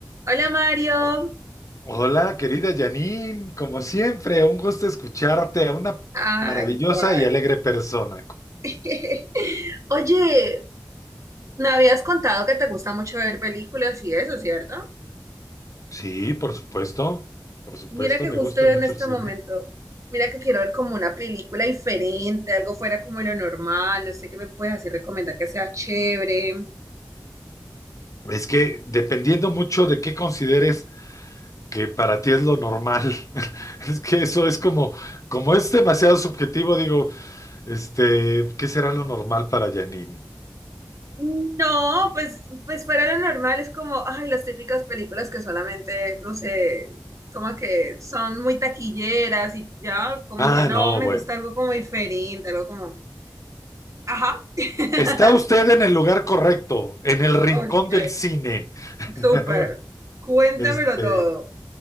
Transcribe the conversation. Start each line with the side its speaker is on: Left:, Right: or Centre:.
Right: Hola Mario.
Left: O- Hola, querida Janine, como siempre, un gusto escucharte, a una
Right: Ay,
Left: maravillosa
Right: igual.
Left: y alegre persona.
Right: <laughs> Oye, me habías contado que te gusta mucho ver películas y eso, ¿cierto?
Left: Sí, por supuesto, por supuesto,
Right: Mira que
Left: me
Right: justo
Left: gusta
Right: en
Left: mucho
Right: este
Left: el cine.
Right: momento, mira que quiero ver como una película diferente, algo fuera como lo normal, no sé qué me puedes así recomendar que sea chévere.
Left: Es que dependiendo mucho de qué consideres que para ti es lo normal, <laughs> es que eso es como, como es demasiado subjetivo, digo, este, ¿qué será lo normal para Janine?
Right: No, pues, pues fuera lo normal es como, ay, las típicas películas que solamente, no sé, como que son muy taquilleras y ya, como
Left: Ah,
Right: que no,
Left: no,
Right: me
Left: bueno.
Right: gusta algo como diferente, algo como Ajá. <laughs>
Left: Está usted en el lugar correcto, en el rincón
Right: Ok,
Left: del cine. <laughs>
Right: súper. Cuéntamelo
Left: Este,
Right: todo.